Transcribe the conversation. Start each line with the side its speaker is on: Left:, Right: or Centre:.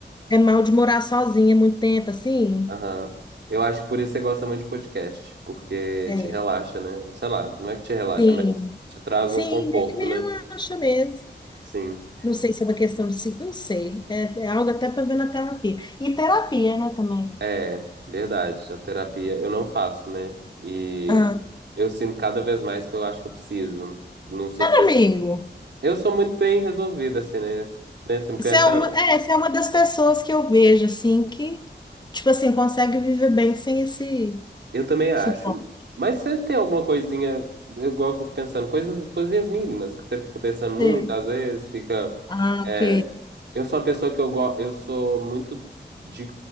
Left: é mal de morar sozinha muito tempo, assim.
Right: Aham. Eu acho que por isso você gosta muito de podcast, porque
Left: É,
Right: te relaxa, né? Sei lá, não é que te relaxa,
Left: sim.
Right: mas te traz
Left: Sim,
Right: um conforto,
Left: meio que me
Right: né?
Left: relaxa mesmo.
Right: Sim.
Left: Não sei se é uma questão de... se- Não sei. É, é algo até para ver na terapia. E terapia, né, também.
Right: É, verdade. A terapia eu não faço, né? E
Left: Ah,
Right: eu sinto cada vez mais que eu acho que eu preciso, num sentido
Left: amigo,
Right: Eu sou muito bem resolvido, assim, né? né? Você me conhece
Left: você é
Right: há
Left: uma,
Right: anos.
Left: é, você é uma das pessoas que eu vejo, assim, que, tipo assim, consegue viver bem sem esse
Right: Eu também acho.
Left: suporte.
Right: Mas sempre tem alguma coisinha. Eu gosto fico pensando, coisas, coisinhas mínimas, que você fica pensando muito,
Left: Sei.
Right: às vezes, fica.
Left: Ah,
Right: é,
Left: ok.
Right: eu sou uma pessoa que eu gosto. Eu sou muito de